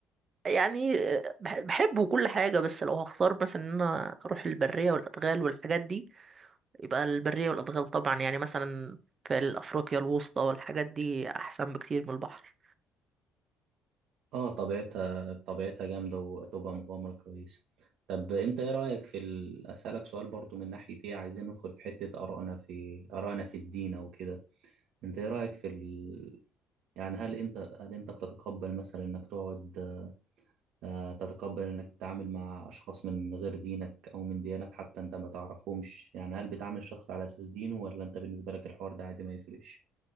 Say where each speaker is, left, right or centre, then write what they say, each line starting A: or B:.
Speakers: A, on the right; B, on the right.
A: يعني بح- بحبه وكل حاجة بس لو هختار مثلا ان انا اروح البرية والادغال والحاجات دي يبقى البرية والادغال طبعا يعني مثلا في افريقيا الوسطى والحاجات دي احسن بكتير من البحر
B: اه طبيعتها طبيعتها جامدة وتبقى مغامرة كويسة طب انت ايه رأيك في ال... اسألك سؤال برضو من ناحية ايه عايزين ندخل في حتة آرائنا في آرائنا في الدين او كده انت ايه رأيك في ال... يعني هل انت هل انت بتتقبل مثلا انك تقعد آه، تتقبل انك تتعامل مع اشخاص من غير دينك او من ديانات حتى انت ما تعرفهمش يعني هل بتعامل الشخص على اساس دينه ولا انت بالنسبة لك الحوار ده عادي ما يفرقش